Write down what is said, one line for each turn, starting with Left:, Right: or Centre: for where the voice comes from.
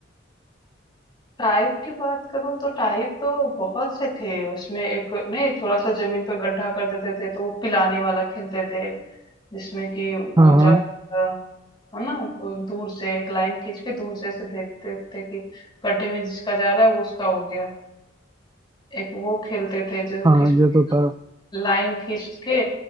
Left: टाइप की बात करूं तो टाइप तो बहुत से थे उसमें एक नहीं थोड़ा सा जमीन पे गड्ढा कर देते थे तो वो पिलाने वाला खेलते थे जिसमें कि वो
Right: हाँ हाँ
Left: जाता था है ना को दूर से एक लाइन खींच के दूर से ऐसे देखते थे कि गड्ढे में जिसका जा रहा है वो उसका हो गया एक वो खेलते थे जो
Right: हाँ
Left: किस
Right: ये तो था
Left: लाइन खींच के